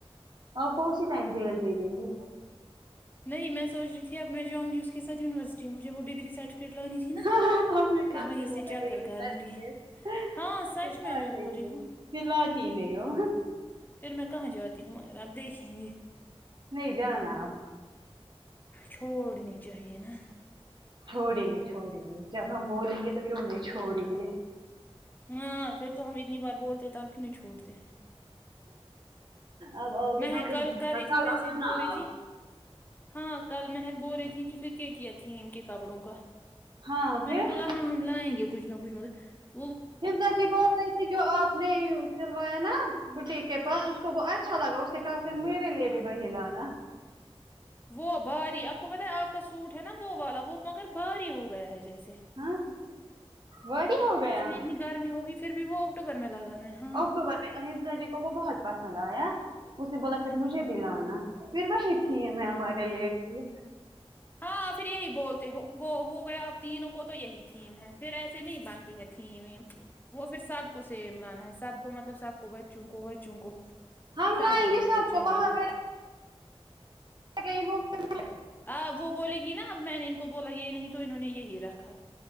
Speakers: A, on the right; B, on the left.
A: آپ کونسی <unintelligible> دے دیں گے
B: نہیں میں سوچ رہی تھی اب میں جاونگی اس کے ساتھ یونیوارسیٹی مجھے وہ ڈگری سرٹیفکیٹ لانی تھی نا
A: ہاں ہاں ہاں ہم نکالتے
B: پھر وہیں
A: ہے
B: سے چکر
A: ڈگری
B: کروں
A: سرٹیفکیٹ
B: گی
A: <unintelligible>
B: ہاں سچ میں میں بول رہی ہوں
A: دلاتی ہی نہیں ہو
B: پھر میں کہاں جاتی ہوں مگر آپ دیکھینگے
A: نہیں جانا آپ
B: چھوڑنی چاہیے نا
A: چھوڑیں گے چھوڑیں گے جب ہم بولیں گے تو کیوں نہیں چھوڑیں گے
B: ہاں پھر تو ہم اتنی بار بولتے تب کیوں نہیں چھوڑتے
A: اب آؤگی
B: مہک
A: نا تو
B: کل کر
A: مسکا
B: رہی تھی میسج
A: لگانا
B: بول رہی
A: اب
B: تھی ہاں کل مہک بول رہی تھی کہ پھر کیا کیا تھیم ان کے کپڑوں کا
A: ہاں
B: میں
A: پھر
B: نے بولا ہاں ہم لائیں گے کچھ نہ کچھ مگ
A: یہ سچی بول رہی تھی جو آپ نہیں سلوایا نا بٹیک کے پاس اس کو وہ اچھا لگا اس نے کہا پھر میرے لیے بھی وہی لانا
B: وہ بھاری آپ کو پتا ہے آپ کا سوٹ ہے نا وہ والا وہ مگر بھاری ہو گیا ہے جیسے
A: ہاں وہی ہو گیا
B: اس میں اتنی
A: ہے
B: گرمی ہوگی پھر بھی وہ اکٹوبر میں لگانا ہے ہاں
A: اکٹوبر حفضہ جی کو وہ بہت پسند آیا اس نے بولا پھر مجھے دلانا پھر وہی یہ میں ہمارے لیے تھیم
B: ہاں پھر یہی بولتے ہو ہوگیا اب تینوں کو تو یہی تھیم ہے پھر ایسے نہیں بنتی ہے تھیم ویم وہ پھر سب کو سیم لانا ہے سب کو مطلب سب کو بچوں کو وچوں کو <unintelligible>
A: ہم لائیں گے
B: آنی
A: سب کو
B: چاہیے
A: وہاں پہ <unintelligible>
B: آ وہ بولے گی نا اب میں نے ان کو بولا یہ نہیں تو انہوں نے یہی رکھا